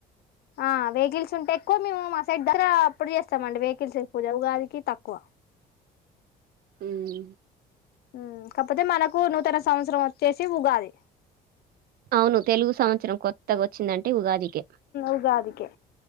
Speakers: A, on the left; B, on the right.
A: ఆ వెహికల్స్ ఉంటే ఎక్కువ మేము మా సైడ్ దసరా అప్పుడు చేస్తామ అండి వెహికల్స్ పూజా ఉగాదికి తక్కువ
B: ఉమ్
A: ఉమ్ కాకపోతే మనకు నూతన సంవత్సరం వచ్చేసి ఉగాది
B: అవును తెలుగు సంవత్సరం కొత్త తగ వచ్చిందంటే ఉగాదికే
A: ఉగాదికే